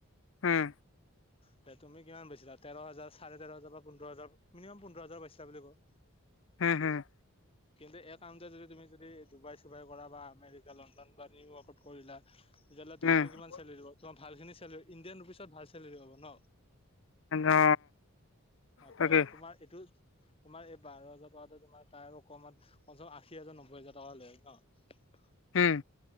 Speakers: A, on the left; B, on the left.
A: হুম।
B: তাত তুমি কিমান পাইছিলা? তেৰ হাজাৰ, চাৰে তেৰ হাজাৰ বা পোন্ধৰ হাজাৰ? মিনিমাম পোন্ধৰ হাজাৰ পাইছিলা বুলি কওঁ।
A: উম উম
B: কিন্তু এই কামটোৱে যদি তুমি যদি ডুবাই-চুবাইত কৰা বা আমেৰিকা, লণ্ডন বা তুমি <unintelligible> কৰিলা তেতিয়াহ'লে তোমাৰ
A: উম
B: কিমান চেলাৰী হ'ব তোমাৰ ভালেখিনি চেলাৰী ইণ্ডিয়ান অফিচত ভাল চেলেৰী হ'ব ন।
A: অ
B: তাতে
A: তাকে
B: তোমাৰ এইটো তোমাৰ এই বাৰ হাজাৰ টকাটো তোমাৰ তাৰ অকমান কমচেকম আশী হাজাৰ, নব্বৈ হাজাৰ টকা হ'লে ন <unintelligible>
A: হুম।